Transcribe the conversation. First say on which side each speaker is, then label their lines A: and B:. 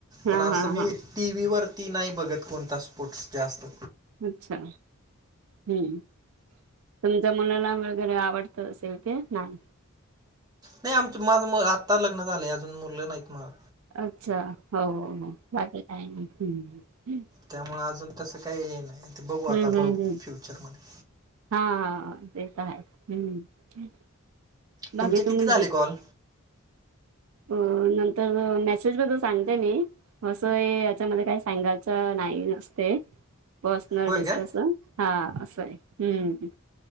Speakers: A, on the right (about 70°); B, on the right (about 20°).
A: हा
B: पण असं
A: हा
B: मी
A: हा
B: टी व्ही वरती नाही बघत कोणता स्पोर्टस जास्त.
A: अच्छा, हम्म. तुमच्या मुलाला वगैरे आवडत असेल ते नाही?
B: नाही आमच माझं आत्ता लग्न झालंय अजून मुलं नाहीत मला.
A: अच्छा, हो हो बाकी काही नाही, हम्म.
B: त्यामुळे अजून तसं काही हे नाही ते बघू आता
A: हम्म हम्म
B: पाहु
A: हम्म
B: फ्युचरमध्ये.
A: हा हा ते तर आहे, हम्म. बाकी
B: तुमचे किती
A: तुम्ही
B: झाले कॉल?
A: अ नंतर अ मॅसेज बद्दल सांगते मी. असं हे, याच्यामध्ये काही सांगायचं नाही. नसतय. पर्सनल
B: होय
A: डिस्कस.
B: काय
A: हा, असंय. हम्म.